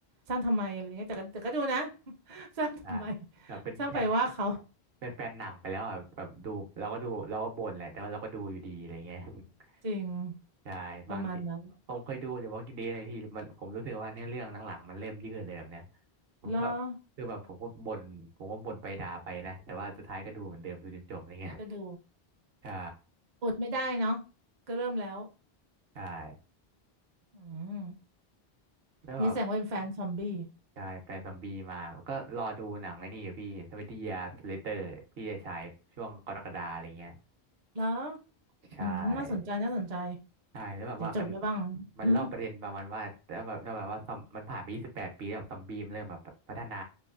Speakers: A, on the right; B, on the right.
A: สร้างทำไมอะไรเงี้ยแต่ก็แต่ก็ดูนะ <laughs> สร้างทำไม
B: ใช่แบบเป็นแฟน
A: สร้างไปว่าเขา
B: เป็นแฟนหนังไปแล้วอ่ะแบบดูเราก็ดูเราก็บ่นแหละแต่ว่าเราก็ดูอยู่ดีอะไรเงี้ย
A: จริง
B: <laughs> ใช่บางที
A: ประมาณนั้น
B: ผมเคยดูเดี๋ยวว่ากินดีเลยพี่มันผมรู้สึกว่าเนื้อเรื่องหลังๆมันเริ่มยืดเลยแบบเนี้ยผมก็
A: แล้ว
B: คือแบบผมก็บ่นผมก็บ่นไปด่าไปนะแต่ว่าสุดท้ายก็ดูเหมือนเดิมดูจนจบอะไรเงี้ย
A: ก็ดู
B: <laughs> ใช่
A: อดไม่ได้เนาะก็เริ่มแล้ว
B: ใช่
A: อืม
B: แล้วแบบ
A: นี่แสดงว่าเป็นแฟนซอมบี้
B: ใช่แฟนซอมบี้มาแล้วก็รอดูหนังไอ้นี่อยู่พี่ทเว e n t y Years Later พี่จะฉายช่วงกรกฎาอะไรเงี้ย
A: แล้ว
B: ใช่
A: อืมน่าสนใจน่าสนใจ
B: ใช่แล้วแบบว่ามัน
A: เดี๋ยวจดไว้บ้างอืม
B: มันเล่าประเด็นประมาณว่าแล้วแบบแล้วแบบว่าซอมมันผ่านไปยี่สิบแปดปีแล้วซอมบี้มันเริ่มแบบพัฒนา